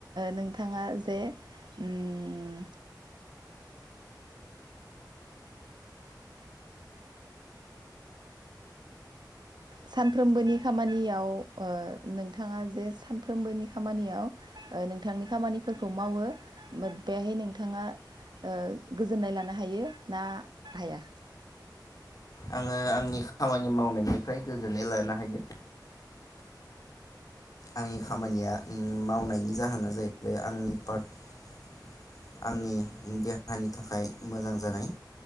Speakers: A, on the right; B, on the left.
A: नोंथाङा जे उम सानफ्रोमबोनि खामानियाव ओ नोंथाङा जे सानफ्रोमबोनि खामानियाव ओ नोंथांनि खामानिफोरखौ मावो बेहाय नोंथाङा ओ गोजोननाय लानो हायो ना हाया?
B: आङो आंनि खामानि मावनायनिफ्राय गोजोननाय लानो हायो। आंनि खामानिया उम मावनायनि जाहोना जाहैबाय आंनि पार्ट आंनि देहानि थाखाय मोजां जानाय